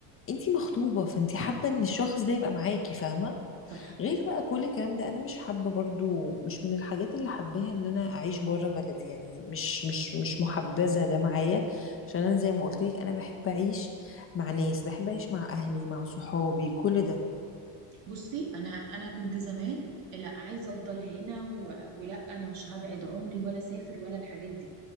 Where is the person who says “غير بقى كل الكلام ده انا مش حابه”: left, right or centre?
Left